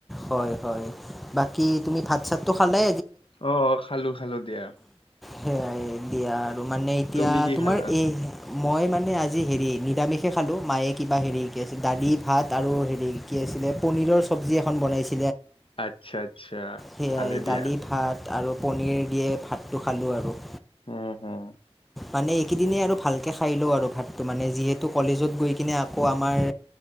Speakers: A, in the centre; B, on the left.
A: হয় হয়। বাকি তুমি ভাত চাতটো খালে?
B: অ খালো খালো দিয়া।
A: সেয়াই দিয়া আৰু মানে এতিয়া
B: তুমি কি
A: তোমাৰ
B: খালা
A: এই মই মানে আ জি হেৰি নিৰামিষে খালো মায়ে কিবা হেৰি বনাইছিল দালি ভাত আৰু হেৰি কি আছিলে পনীৰৰ চব চবজি এখন বনাইছে।
B: আচ্ছা আচ্ছা
A: সেয়াই
B: ভালে দিয়া।
A: দালি ভাত আৰু পনীৰ দিয়ে ভাতটো খালোঁ আৰু।
B: উম হম।
A: মানে এইকেইদিনে আৰু ভালকে খাই লওঁ আৰু ভাত তো মানে যিহেতু কলেজত গৈ কিনে আকৌ আমাৰ